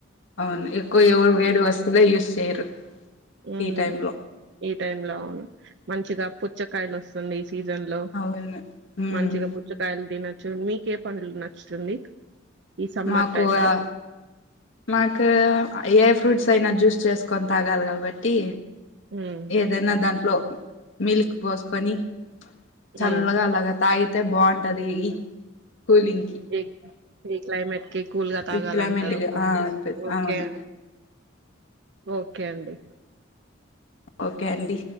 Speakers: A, on the left; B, on the right.
A: అవును ఎక్కువ ఎవరు వేడి వస్తువులే యూస్ చేయరు.
B: ఉమ్
A: ఈ టైమ్ లో
B: ఈ టైం లో అవును మంచిగా పుచ్చకాయలు వస్తుంది. సీజన్ లో
A: అవును ఉమ్
B: మంచిగా పుచ్చకాయలు తిన మీకే పండ్లు నచ్చుతుంది. ఈ సమ్మర్
A: మాకు
B: టైమ్
A: ఆ
B: లో
A: మాకు ఏ ఫ్రూట్స్ తైన జ్యూస్ చేసుకొని తాగాలి కాబట్టి
B: ఉమ్
A: ఏదైనా దాంట్లో మిల్క్ పోసుకొని చల్లగా
B: ఉమ్
A: అలాగా తాగీతే బాగుంటది కూలింగ్ కి
B: ఇ ఇ క్లైమేట్ కి కూల్ గా తాగాలంటారు
A: రిక్లైమెంట్ కి ఆ
B: ఓకే
A: అవును
B: ఓకే అండి
A: ఓకే అండి